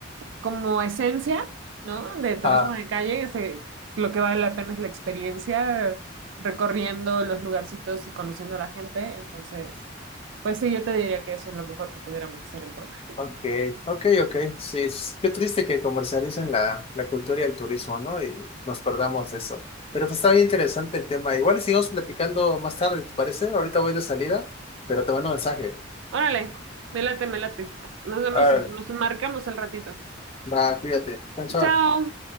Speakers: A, on the right; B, on the left.
A: como esencia, ¿no? De turismo
B: Ah,
A: de calle, ese- lo que vale la pena es la experiencia eh, recorriendo los lugarcitos y conociendo a la gente. Entonces, pues sí, yo te diría que eso es lo mejor que pudiéramos hacer en Puebla.
B: ok, ok, ok. Sí, es- qué triste que comercialicen la, la cultura y el turismo, ¿no? Y nos perdamos de eso. Pero pues está bien interesante el tema. Igual y sigamos platicando más tarde, ¿te parece? Ahorita voy de salida, pero te mando un mensaje.
A: Órale, me late, me late. Nos vemos,
B: A ver,
A: nos marcamos el ratito.
B: va, cuídate. Chao, chao.
A: Chao.